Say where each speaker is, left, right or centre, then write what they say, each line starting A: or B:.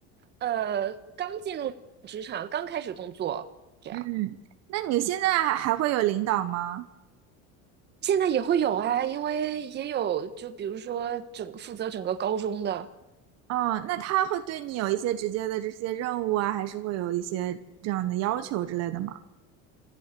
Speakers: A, on the right; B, on the right.
A: 呃，刚进入职场，刚开始工作，这样。
B: 嗯，那你现在还还会有领导吗？
A: 现在也会有啊，因为也有，就比如说整个负责整个高中的，
B: 哦，那他会对你有一些直接的这些任务啊，还是会有一些这样的要求之类的吗？